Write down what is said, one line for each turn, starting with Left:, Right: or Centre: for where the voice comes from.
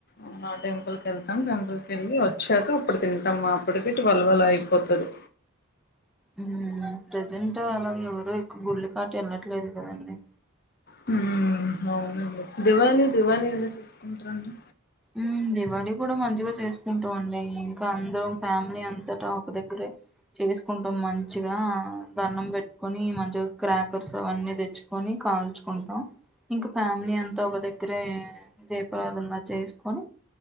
Left: ఇంకా టెంపుల్ కి వెళ్తాం టెంపుల్ కి వెళ్ళి వచ్చాక అప్పుడు తిం టం అప్పటికే టువెల్ అలా అయిపోతది
Centre: హ్మూ ప్రెజెంట్ అలాగ ఎవరు ఎక్కువ గుళ్లకటు వెళ్ళట్లేదు కదండీ
Left: హ్మూ అవునండి దివాళి దివాళి ఎలా చేసుకుంటరండి
Centre: మ్మ్ దివాళి కూడ మంచిగ చేసుకుంటం అండి ఇంకా అందరం ఫ్యామిలీ అంతటా ఒక దగ్గరే చేసుకుంటం మంచిగా దన్నం పెట్ట్కొని మంచిగా క్రాకర్స్ అన్నీ తెచ్చుకొని కాల్చుకుంటం ఇంక ఫ్యామిలీ అంతా ఒక దగ్గరే దీపరాధనలా చేసు కొని